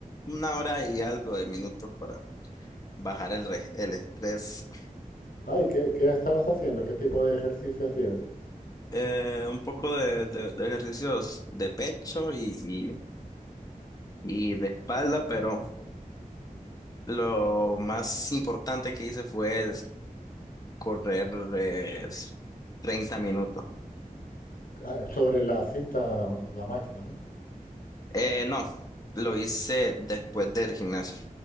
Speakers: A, on the left (about 25°); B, on the left (about 80°).
A: una hora y algo de minutos para bajar el, re- el estrés.
B: Ay, ¿qué, qué estabas haciendo? ¿Qué tipo de ejercicio hacías?
A: Eh, un poco de, de- de ejercicios de pecho y, y, y de espalda, pero lo más importante que hice fue es correr eh, 30 minutos.
B: Ah, eh, sobre la cinta, la máquina, ¿no?
A: Eh, no, lo hice después del gimnasio.